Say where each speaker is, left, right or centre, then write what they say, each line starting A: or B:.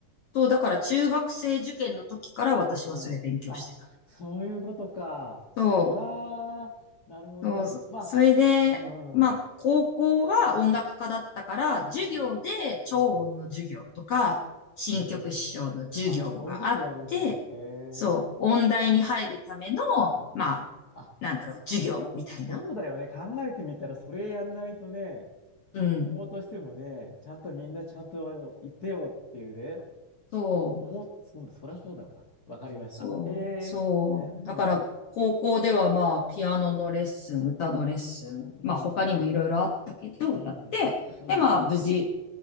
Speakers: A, on the left (about 55°); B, on the left (about 40°).
A: そう、だから中学生受験の時から私はそれ勉強してた。
B: うん。あ、そういうことか。
A: そ
B: うわー、なるほど。
A: そうそれで、
B: まあ、うん、
A: まあ、
B: うん、
A: 高校は音楽科だったから、授業で超音の授業とか、
B: うん、うん。うん
A: 新曲師匠の授業があって、
B: えー、あ、そういうことやるんだ。へえ、
A: そう、音大に入るための、
B: うん。
A: まあ、
B: あ、
A: なんだろう、授業みたいな。
B: そう、そうだよね。考えてみたら、それやんないとね、
A: うん。
B: 高校としてもね、ちゃんとみんなちゃんといてよっていうね、
A: そう、
B: 思っ、そうだ、そりゃそうだよな。わかりました。
A: そう、
B: へえ、
A: そう。
B: うん、
A: だから、高校ではまあ、ピアノのレッスン、歌のレッスン、
B: うん、
A: まあ、他にもいろいろあったけど、
B: うん、
A: やって、
B: うん、
A: で、まあ、無事、